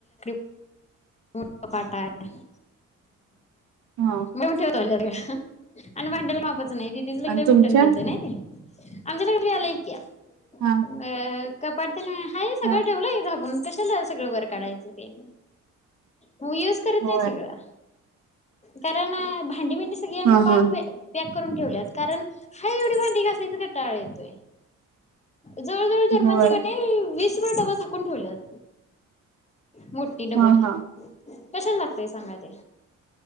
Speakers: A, on the left; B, on the right.
A: <unintelligible> मोठ पाटा आहे
B: हा
A: निमठ्योदल <unintelligible> अन भांडल मागत्यात च नाही दिदीच लग्न
B: आणि
A: लयमोठ्ठ
B: तुमच्या
A: केलेत नाही ताई अंजलीत आल ई क्या अ.
B: हा
A: कपाट. ह <unintelligible> हायना
B: हा
A: सगळं ठेवलंयं झाकून. कशाला सगळं वर काढायचं ते हो एस करीत
B: होय
A: नाही सगळं. कारण अ भा थंडी भिंडी सगळी् आम्ही
B: हा
A: पाक
B: हा
A: बे बेक करून ठेवल्यात कारण हाय एवढी भांडी घासायचा कटाळा येतोय. जवळ जवळ जर्मन
B: होय
A: जी का नई वीस तुम्हाला डबा झाकून ठेवल्यात. मोठी डबती.
B: हा हा
A: कशाल लागतय सांगा ते